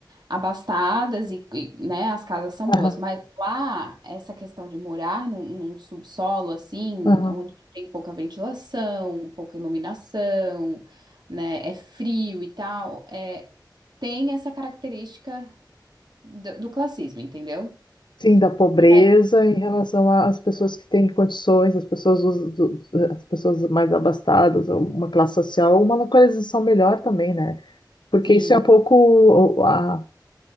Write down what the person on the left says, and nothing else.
aham,
aham.
Sim, da pobreza
em relação às pessoas que têm condições, as pessoas, dos- do- as pessoas mais abastadas, ou uma classe social, uma localização melhor também, né? Porque
isso é um pouco o- a,